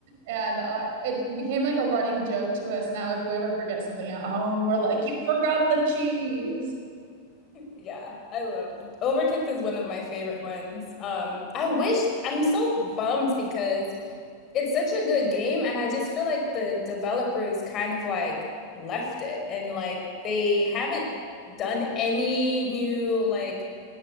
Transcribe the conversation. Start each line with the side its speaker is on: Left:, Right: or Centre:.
Right: And uh, it became like a running joke to us now. If we ever forget something at home, we're like, "You forgot the cheese."
Left: Yeah, I love Overcooked is one of my favorite ones. Um, I wish I'm so bummed because It's such a good game, and I just feel like the developers kind of like left it and like they haven't done any new like